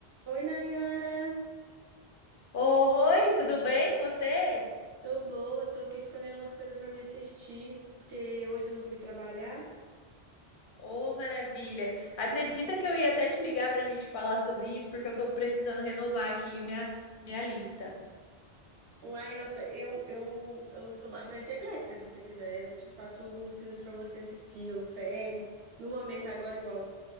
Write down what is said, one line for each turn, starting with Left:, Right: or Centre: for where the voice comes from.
Right: Oi, Nayara.
Left: Oi, tudo bem com você?
Right: Tô boa, tô aqui escolhendo umas coisas pra me assistir, porque hoje eu não fui trabalhar.
Left: Ô, maravilha! Acredita que eu ia até te ligar para a gente falar sobre isso, porque eu tô precisando renovar aqui minha, minha lista.
Right: Uai, eu, te- eu, eu, eu sou bastante eclética, se você quiser. Eu te passo alguns filmes pra você assistir, ou série. No momento, agora, igual